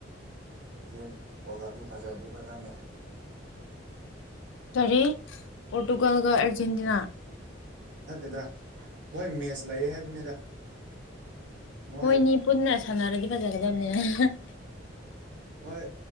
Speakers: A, on the right; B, on the left.
A: ꯑꯁꯦ ꯑꯣꯖꯥꯁꯨ ꯐꯖꯗꯤ ꯐꯖꯅꯤ
B: ꯀꯔꯤ ꯄꯣꯔꯇꯨꯒꯥꯜꯒ ꯑꯥꯔꯖꯦꯟꯇꯤꯅꯥ
A: ꯅꯠꯇꯦꯗ ꯃꯣꯏ ꯃꯦꯠꯁ ꯂꯩꯌꯦ ꯍꯥꯏꯕꯅꯤꯗ ꯃꯣꯏ
B: ꯃꯣꯏꯅꯤ ꯄꯨꯟꯅ ꯁꯥꯟꯅꯔꯗꯤ ꯐꯖꯒꯗꯝꯅꯦꯅ
A: ꯃꯣꯏ